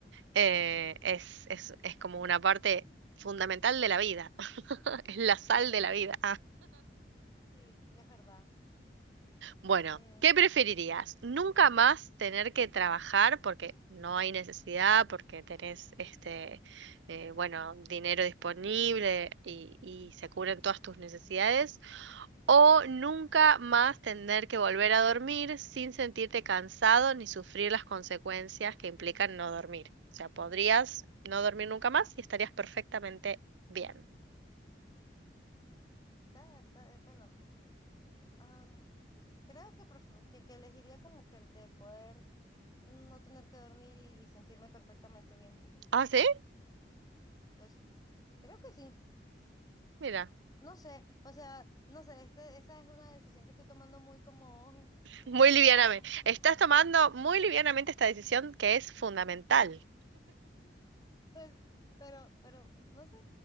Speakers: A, on the right; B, on the left.
A: eh,
B: Pues, mm,
A: es, es, es como una parte fundamental de la vida. <laughs> Es la sal
B: pues
A: de la vida. Ah,
B: sí, es verdad.
A: Bueno,
B: Eh,
A: ¿qué preferirías? ¿Nunca más tener que trabajar porque no hay necesidad, porque tenés este, eh, bueno, dinero disponible y, y se cubren todas tus necesidades? O nunca más tener que volver a dormir sin sentirte cansado ni sufrir las consecuencias que implican no dormir. O sea, podrías no dormir nunca más y estarías perfectamente bien.
B: está, está, eh, bueno, am, creo que, prefer- que, que elegiría como que el de poder no tener que dormir y, y sentirme perfectamente bien.
A: Ah, ¿sí?
B: Pues creo que sí.
A: Mira,
B: No sé, o sea, no sé, este, esa es una decisión que estoy tomando muy como,
A: muy
B: como,
A: livianamente.
B: como
A: Estás tomando muy livianamente esta decisión que es fundamental.
B: Sí, pues, pero, pero, no sé,